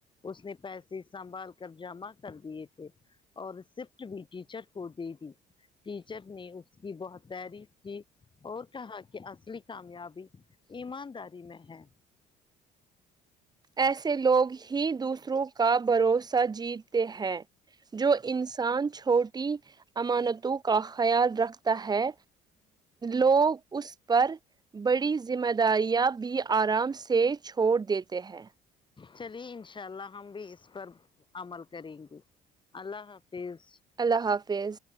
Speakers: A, on the left; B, on the right.
A: اس نے پیسے سنبھال کر جمع کر دیے تھے اور رسپٹ بھی ٹیچر کو دے دی ٹیچر نے اس کی بہت تعریف کی اور کہا کہ اصلی کامیابی ایمانداری میں ہے
B: ایسے لوگ ہی دوسروں کا بھروسہ جیتے ہیں جو انسان چھوٹ ی امانتوں کا خیال رکھتا ہے لوگ اس پر بڑی ذمہ داریاں بھی آرام سے چھوڑ دی تے ہیں
A: چلیے انشاء اللہ ہم بھی اس پر عمل کریں گے اللہ حافظ
B: اللہ حافظ